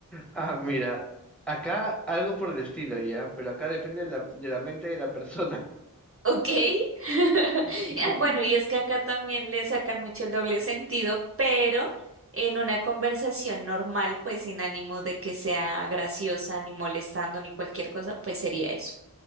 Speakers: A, in the centre; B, on the right (about 40°).
A: Ah, mira, acá algo por el estilo ya, pero acá depende de la, de la mente de la persona.
B: Ok. <laughs>
A: <laughs>
B: Ah, Bueno, y es que acá también le sacan mucho el doble sentido, pero en una conversación normal, pues sin ánimo de que sea graciosa, ni molestando, ni cualquier cosa, pues sería eso.